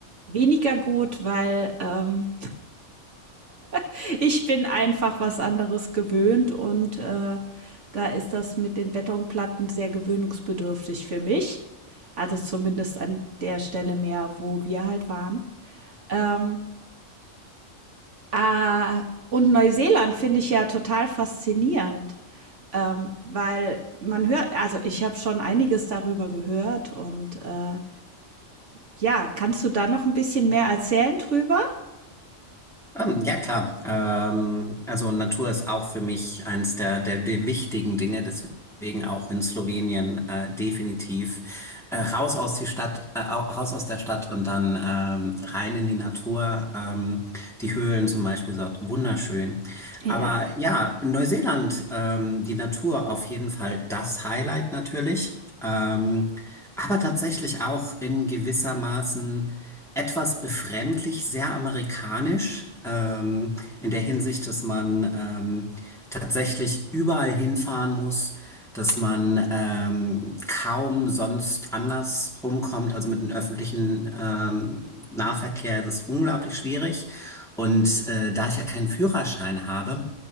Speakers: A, on the right (about 70°); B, in the centre.
A: weniger gut, weil ähm, <laughs> ich bin einfach was anderes gewöhnt und äh, da ist das mit den Betonplatten sehr gewöhnungsbedürftig für mich. Also zumindest an der Stelle mehr, wo wir halt waren. Ähm, Ah, und Neuseeland finde ich ja total faszinierend, ähm, weil man hört, also ich habe schon einiges darüber gehört und äh, ja, kannst du da noch ein bisschen mehr erzählen drüber?
B: Ähm, ja, klar. Ähm, also Natur ist auch für mich eins der, der, der wichtigen Dinge, deswegen auch in Slowenien äh, definitiv äh, raus aus die Stadt, äh, au- raus aus der Stadt und dann ähm, rein in die Natur. Ähm, die Höhlen zum Beispiel sind wunderschön.
A: Ja,
B: Aber ja, in Neuseeland ähm, die Natur auf jeden Fall das Highlight natürlich. Ähm, aber tatsächlich auch in gewissermaßen etwas befremdlich, sehr amerikanisch, ähm, in der Hinsicht, dass man ähm, tatsächlich überall hinfahren muss, dass man ähm, kaum sonst anders rumkommt, also mit dem öffentlichen ähm, Nahverkehr ist es unglaublich schwierig. Und äh, da ich ja keinen Führerschein habe,